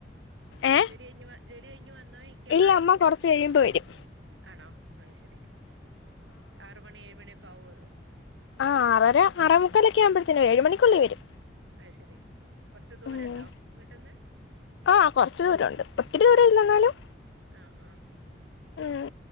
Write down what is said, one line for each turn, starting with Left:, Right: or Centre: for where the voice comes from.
Left: ഏ
Right: ജോലി കയിഞ്ഞ് ജോലി കയിഞ്ഞ് വന്നോ ചോദിക്ക
Left: ഇല്ല അമ്മ കൊറച്ച് കഴിയുമ്പോ വരും
Right: ആണോ അത് ശരി ആറ് മണി ഏഴ് മണിയൊക്കെ ആവുവോ
Left: ആഹ്മ്മ് ആറര ആറേ മുക്കാലൊക്കെ ആകുമ്പഴത്തേക്ക് വരും ഏഴ് മണിക്കുള്ളിൽ വരും
Right: അയ് ശരി കൊറച്ച് ദൂരം
Left: ഉം
Right: ഉണ്ടോ വീട്ട്ന്ന്
Left: ആഹ് കൊറച്ചു ദൂരം ഉണ്ട് ഒത്തിരി ദൂരം ഇല്ല എന്നാലും
Right: ആഹ് ആഹ്
Left: മ്മ്